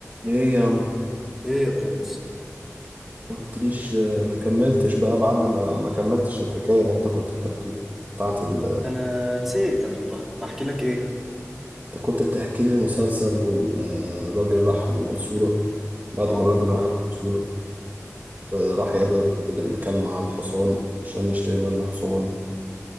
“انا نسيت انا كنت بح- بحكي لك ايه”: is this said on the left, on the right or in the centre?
Centre